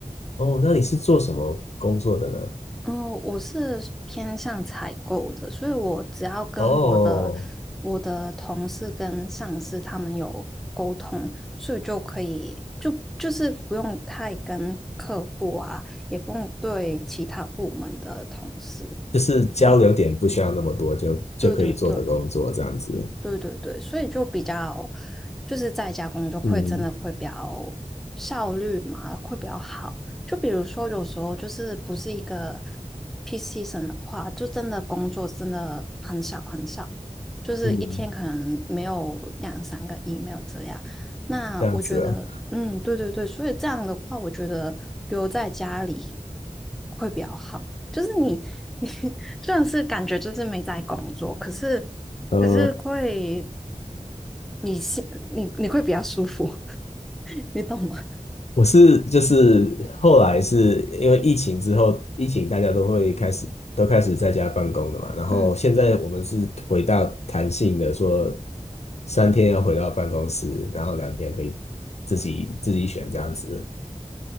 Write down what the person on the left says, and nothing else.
哦，那你是做什么工作的呢？
哦，
就是交流点不需要那么多，就就可以做的工作这样子。
嗯
嗯，
这样子啊。
呃，
我是就是后来是因为疫情之后，疫情大家都会开始都开始在家办公的嘛，然后现在我们是回到弹性的说，
三天要回到办公室，然后两天可以自己自己选这样子。